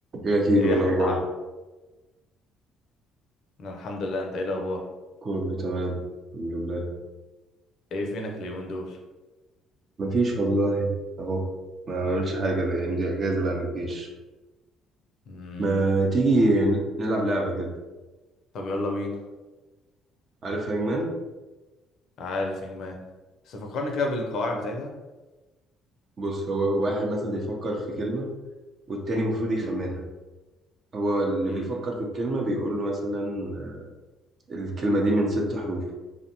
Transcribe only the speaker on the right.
إيه أكيد
ولا
أخبار
كله تمام الحمد لله
مفيش والله أهو ما بعملش حاجة الأيام دي أجازة بقى من الجيش
ما تيجي ن- نلعب لعبة كده
عارف هانجمان
بص هو واحد مثلا بيفكر في كلمة والتاني المفروض يخمنها
هو اللي
بيفكر في الكلمة بيقول له مثلا الكلمة دي من ست حروف